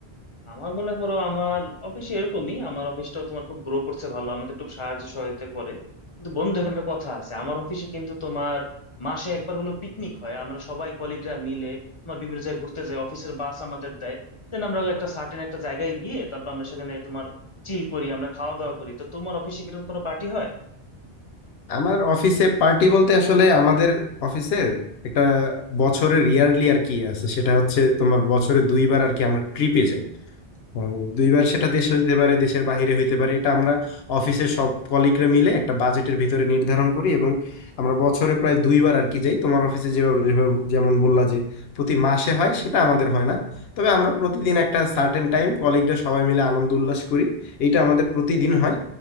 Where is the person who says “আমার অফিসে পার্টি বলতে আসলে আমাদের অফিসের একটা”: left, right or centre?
Left